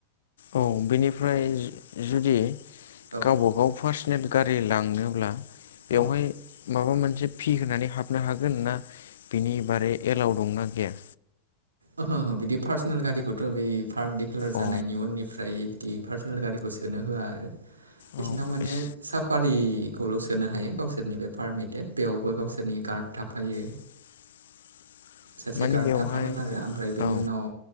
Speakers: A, on the left; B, on the right.
A: औ बेनिफ्राय जु-जुदि
B: औ
A: गाव गावबा गाव पार्सनेल गारि लांनोब्ला बेवहाय
B: औ
A: माबा मोनसे फि होनानै हाबनो हागोन ना, बिनि बारै एलाव दंना गैया?
B: ओहो ओह बिदि पार्सनेल गारिखौथ' बै पार्क दिडिक्लार जानायनि
A: अ
B: उननिफ्राय बिदि पार सनेल गारिखौ सोंनो होआ आरो। बिसिनाव
A: औ
B: माने
A: इस
B: साफारिखौल' सोनो हायो गावसोरनि बे पारमिटेड बेयावबो गावसोरनि गार्ड थाफायो।
A: <inaudible>
B: सासे गार्ड
A: बेवहाय
B: थाफागोन आरो, ओमफ्राय बेनि
A: औ
B: उनाव